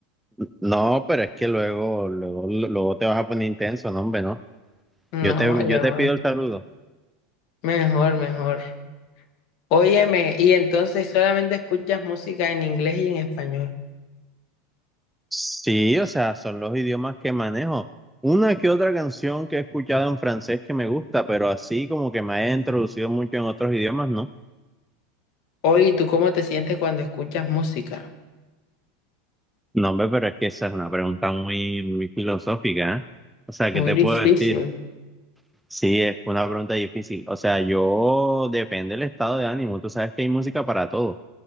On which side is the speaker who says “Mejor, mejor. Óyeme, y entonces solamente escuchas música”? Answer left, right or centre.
Left